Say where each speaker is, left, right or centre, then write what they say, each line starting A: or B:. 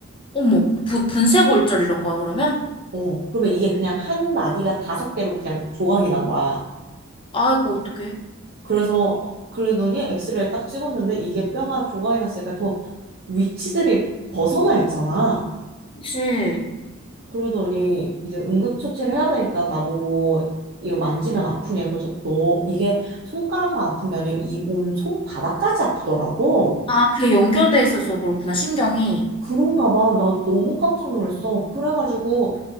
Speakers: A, on the left (about 25°); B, on the right (about 45°).
A: 어머, 부, 분쇄골절 이런 거야, 그러면?
B: 어, 그러면 이게 그냥 한 마디가 다섯 개로 그냥 조각이 난 거야.
A: 아이고, 어떡해.
B: 그래서 어, 그러더니 엑스레이 딱 찍었는데 이게 뼈가 조각이 났으니까 좀 위치들이 벗어나 있잖아.
A: 그치.
B: 그러더니 이제 응급처치를 해야 되니까 나보고 이거 만지면 아프냐. 그래서 너 이게 손가락만 아픈 게 아니라 이 온 손바닥까지 아프더라고.
A: 아, 그게 연결돼 있어서 그렇구나, 신경이.
B: 그런가 봐. 나 너무 깜짝 놀랐어. 그래가지고